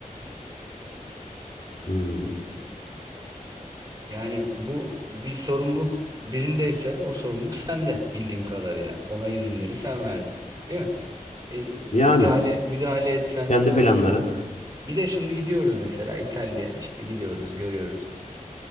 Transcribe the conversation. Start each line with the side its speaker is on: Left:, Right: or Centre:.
Left: hmm,
Right: Yani bu bir sorumluluk birindeyse o sorumluluk sende bildiğim kadarıyla. Ona izinleri sen verdin. Değil mi? E,
Left: yani.
Right: müdahale müdahale etsen
Left: Kendi
Right: ne olur?
Left: planları.
Right: Bir de şimdi gidiyoruz mesela İtalya'ya işte gidiyoruz görüyoruz.